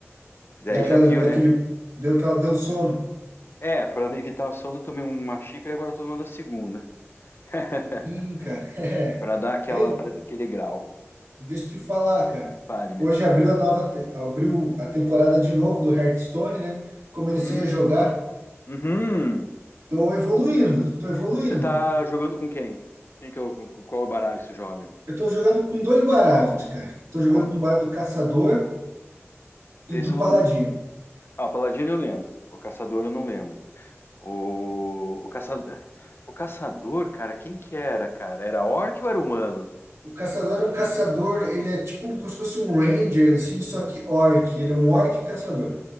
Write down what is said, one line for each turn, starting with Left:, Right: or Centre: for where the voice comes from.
Left: Daí
Right: daquela,
Left: já viu,
Right: daquele,
Left: né?
Right: deu aquela, deu sono.
Left: É, pra evitar o sono, eu tomei uma xícara e agora eu tô tomando a segunda. <laughs>
Right: Ih, cara. <laughs> é.
Left: Pra dar aquela,
Right: Hein,
Left: pra- aquele grau.
Right: deixa eu te falar, cara.
Left: Fale, man.
Right: Hoje abriu a nova, te- abriu a temporada de novo do Hearthstone, né? Comecei
Left: Hum,
Right: a jogar.
Left: uhum.
Right: Tô evoluindo, tô evoluindo.
Left: Você tá jogando com quem? Quem que é o, com- com qual baralho você joga?
Right: Eu tô jogando com dois baralhos, cara. Tô jogando
Left: Qual,
Right: com o baralho do Caçador e
Left: esse
Right: do
Left: eu
Right: Paladino.
Left: não. Ah, o Paladino eu lembro. O Caçador eu não lembro. O, o Caçador. O Caçador, cara, quem que era, cara? Era orc ou era humano?
Right: O caçador é um caçador, ele é tipo como se fosse um ranger, assim, só que orc. Ele é um orc caçador.